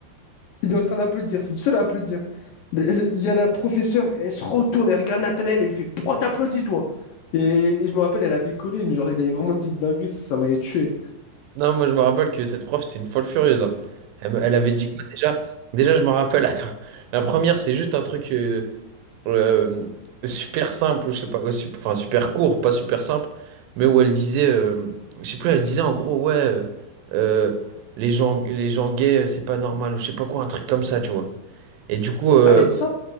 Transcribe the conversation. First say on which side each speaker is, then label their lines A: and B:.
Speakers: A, on the left (about 70°); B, on the right (about 80°).
A: Il est en train d'applaudir, c'est le seul à applaudir. Le- le- Il y a la professeure, elle se retourne, elle regarde Nathanaël, elle lui fait Pourquoi t'applaudis, toi? Et, et je me rappelle, elle avait collé, mais genre, il avait vraiment dit une dinguerie, ça, ça m'avait tué.
B: Non, moi je me rappelle que cette prof, c'était une folle furieuse. hein. Elle, me- elle avait dit quoi déjà? Déjà, je me rappelle, attends. La première, c'est juste un truc euh, euh, super simple, ou je sais pas, ou sup- enfin super court, pas super simple, mais où elle disait, euh, je sais plus, elle disait en gros, ouais, euh, euh, les gens, les gens gays, euh, c'est pas normal, ou je sais pas quoi, un truc comme ça, tu vois. Et du coup, euh,
A: Ah, elle a dit ça?